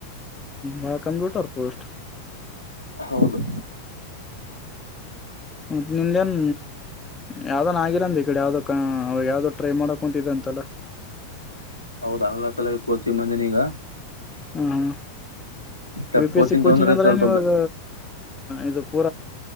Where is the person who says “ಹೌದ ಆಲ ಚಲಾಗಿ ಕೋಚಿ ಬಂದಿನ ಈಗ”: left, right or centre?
Left